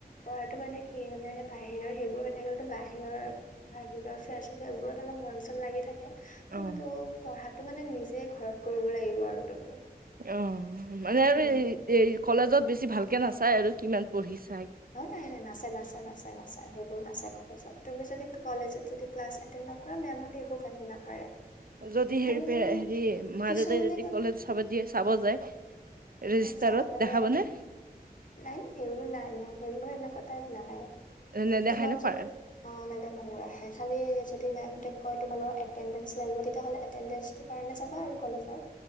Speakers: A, on the left; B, on the right.
A: পঢ়াটো মানে, কি মানে? বাহিৰৰ সেইবোৰ হৈ থাকিলেতো, বাহিৰৰ - বাহিৰৰ ফ্ৰেছাৰ্ছ সেইবোৰত অলপ মন চন লাগি থাকে।
B: অ',
A: কিন্তু, পঢ়াত এইটো মানে, নিজে ঘৰত কৰিব লাগিব আৰু তুমি।
B: অ'! মানে আৰু
A: উম
B: এই - এই কলেজত বেছি ছি ভালকে নাচায় আৰু কিমান পঢ়িছে।
A: অ'! নাই, নাই। নাচায়, নাচায়, নাচায়, নাচায়। সেইবোৰ নাচায় কবচোন! তুমি যদি ক - কলেজত যদি ক্লাছ এটেণ্ড নকৰা, মেমহঁতে একো গালি নাপাৰে।
B: যদি
A: খালি
B: হেৰি
A: মানে
B: - হেৰি মা
A: কিছুমানে
B: দেউতাই যদি
A: কি
B: কলেজ চাব দিয়ে - চাব যায়? ৰেজিষ্টাৰত
A: চাব গ'লে,
B: দেখাব নে
A: নাই। সেইবোৰ নাই নাই, সেইবোৰ এনেকুৱা টাইপ নাহে।
B: নেদেখাই
A: তোমাৰ
B: ন
A: যদি,
B: পাৰ
A: অ' নেদেখায় নেদেখায়। খালি যদি <unintelligible> অই তোমালোকৰ এটেণ্ডেঞ্চ লাগিব। তেতিয়াহ'লে, এটেণ্ডেঞ্চটোৰ কাৰণে যাবা আৰু। কলেজত